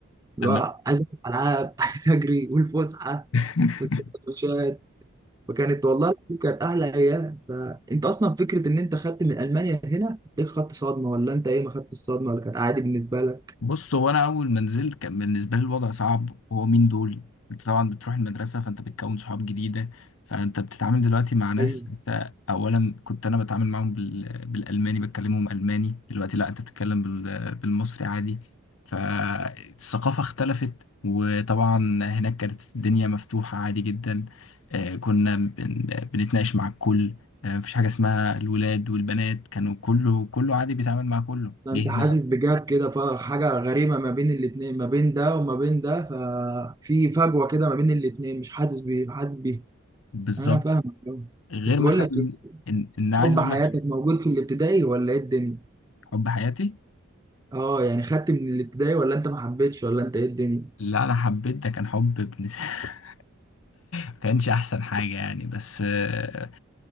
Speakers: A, on the right; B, on the left.
A: لا
B: أما-
A: عايز ألعب ألعاب <laughs> عايز أجري والفسحة
B: <laughs>
A: والسندوتشات وكانت والله العظيم كانت أحلى أيام فأنت أصلا فكرة إن أنت خدت من ألمانيا هنا إيه خدت صدمة ولا أنت إيه ما خدتش صدمة ولا كانت عادي بالنسبة لك؟
B: بص هو انا اول ما نزلت كان بالنسبه لي الوضع صعب هو مين دول انت طبعا بتروح المدرسه فانت بتكون صحاب جديده فانت بتتعامل دلوقتي مع ناس
A: أيوه.
B: انت اولا كنت انا بتعامل معاهم بال... بالالماني بتكلمهم الماني دلوقتي لا انت بتتكلم بال... بالمصري عادي فالثقافه اختلفت وطبعا هناك كانت الدنيا مفتوحه عادي جدا آه، كنا بن... بنتناقش مع الكل آه، مفيش حاجه اسمها الولاد والبنات كانوا كله كله عادي بيتعامل مع كله
A: فانت
B: جه
A: حاسس
B: هنا لا
A: بجاب كده فحاجه غريبه ما بين الاتنين ما بين ده وما بين ده ففي فجوه كده ما بين الاتنين مش حاسس بيه حاسس بيه
B: بالظبط
A: انا فاهمك أوي.
B: غير
A: بس
B: مثلا
A: بقول لك ايه
B: ان ان
A: حب
B: عايز اقول
A: حياتك
B: لك
A: موجود في الابتدائي ولا ايه الدنيا
B: حب حياتي
A: اه يعني خدت من الابتدائي ولا انت ما حبيتش ولا انت ايه الدنيا
B: لا انا حبيت ده كان حب ابن س- <laughs> ما كانش احسن حاجه يعني بس آه،